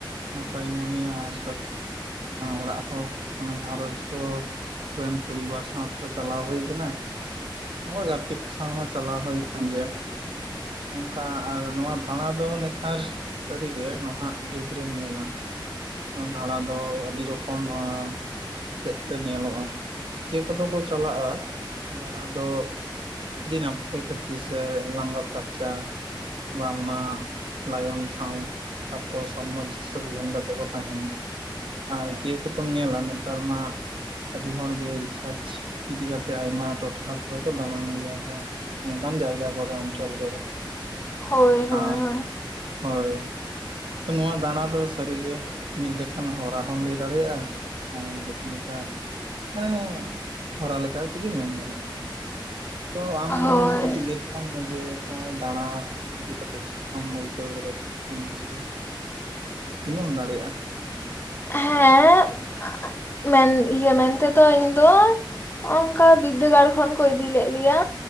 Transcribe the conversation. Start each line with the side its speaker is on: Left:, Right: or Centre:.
Right: ᱱᱟᱯᱟᱭᱤᱧ ᱢᱚᱱᱮᱭᱟ ᱟᱨ ᱚᱲᱟᱜ ᱦᱚᱸ ᱢᱟᱱᱮ ᱜᱷᱟᱨᱚᱸᱡᱽ ᱠᱚ ᱨᱮᱱ ᱯᱚᱨᱤᱵᱟᱨ ᱥᱟᱶ ᱛᱮᱦᱚ ᱪᱟᱞᱟᱣ ᱦᱳᱭ ᱠᱟᱱᱟ, ᱟᱵᱟᱨ ᱜᱟᱛᱮ ᱠᱚ ᱥᱟᱶ ᱦᱚᱸ ᱪᱟᱞᱟᱣ ᱦᱳᱭ ᱠᱟᱱ ᱜᱮᱭᱟ᱾ ᱚᱱᱠᱟ ᱟᱨ ᱱᱚᱣᱟ ᱫᱟᱬᱟ ᱫᱚ ᱱᱮᱛᱟᱨ ᱥᱟᱹᱨᱤ ᱜᱮ ᱱᱟᱦᱟᱜ ᱡᱩᱜᱽ ᱨᱮᱢ ᱧᱮᱞᱟ ᱫᱷᱟᱸᱬᱟ ᱫᱚ ᱟᱹᱰᱤ ᱨᱚᱠᱚᱢ ᱟᱸ ᱥᱮᱫ ᱛᱮ ᱧᱮᱞᱚᱜ-ᱟ ᱤᱭᱟᱹ ᱠᱚᱫᱚ ᱠᱚ ᱪᱟᱞᱟᱜ-ᱟ ᱫᱟᱬᱟ ᱫᱚ ᱟᱹᱰᱤ ᱱᱟᱯᱟᱭ ᱠᱷᱟᱹᱛᱤᱨ ᱥᱮ ᱞᱟᱸᱜᱟ ᱯᱷᱟᱨᱪᱟ᱾ ᱵᱟ ᱚᱱᱟ ᱞᱟᱭᱚᱱ ᱥᱟᱶ ᱟᱠᱚ ᱥᱟᱢᱟᱡᱽ ᱥᱩᱵᱤᱫᱷᱟᱱ ᱠᱟᱛᱮᱫ ᱠᱚ ᱛᱟᱦᱮᱱ᱾ ᱟᱨ ᱠᱤ ᱠᱚᱛᱚᱢ ᱧᱮᱞᱟ ᱱᱮᱛᱟᱨ ᱢᱟ ᱟᱹᱰᱤ ᱦᱚᱲ ᱜᱮ ᱨᱤᱥᱟᱨᱪ ᱤᱫᱤ ᱠᱟᱛᱮᱜ ᱟᱭᱢᱟ ᱴᱚᱴᱷᱟ ᱠᱚᱨᱮ ᱠᱚ ᱫᱟᱬᱟᱱ ᱜᱮᱭᱟ ᱠᱚ᱾ ᱚᱝᱠᱟᱱ ᱡᱟᱭᱜᱟ ᱠᱚᱨᱮ ᱚᱧᱪᱚᱞ ᱠᱚᱨᱮ᱾
Left: ᱦᱳᱭ
Right: ᱟᱨ
Left: ᱦᱳᱭ ᱦᱳᱭ
Right: ᱦᱳᱭ, ᱛᱚ ᱱᱚᱣᱟ ᱫᱟᱬᱟ ᱫᱚ ᱥᱟᱹᱨᱤᱜᱮ ᱢᱤᱜ ᱞᱮᱠᱟᱱ ᱦᱚᱨᱟ ᱦᱚᱢ ᱞᱟᱹᱭ ᱫᱟᱲᱮᱭᱟᱜ-ᱟ᱾ <unintelligible> ᱦᱮᱸ ᱦᱚᱨᱟ ᱞᱮᱠᱟ ᱛᱮᱜᱮ ᱢᱮᱱ ᱜᱟᱱᱚᱜ-ᱟ ᱱᱚᱣᱟ᱾ ᱛᱚ ᱟᱢ
Left: ᱦᱳᱭ
Right: ᱠᱟᱹᱴᱤᱡ ᱞᱟᱹᱭ ᱛᱟᱞᱟᱝ ᱢᱮ ᱡᱮ ᱦᱚᱸᱜ-ᱚᱭ ᱫᱟᱬᱟ ᱤᱫᱤ ᱠᱟᱛᱮᱫ ᱪᱮᱫᱠᱟᱢ ᱟᱹᱭᱠᱟᱹᱣ ᱠᱮᱫᱟ ᱥᱮ ᱪᱮᱜᱠᱟᱢ ᱵᱩᱡᱷᱟᱹᱣᱟ ᱛᱤᱱᱟᱹᱜ ᱮᱢ ᱫᱟᱲᱮᱭᱟᱜ-ᱟ,
Left: ᱦᱮᱸ ᱢᱮᱱ ᱤᱭᱟᱹ ᱢᱮᱱᱛᱮᱫᱚ ᱤᱧ ᱫᱚ ᱚᱝᱠᱟ ᱵᱤᱫᱫᱟᱹᱜᱟᱲ ᱠᱷᱚᱱ ᱠᱚ ᱤᱫᱤ ᱞᱮᱫ ᱞᱮᱭᱟ,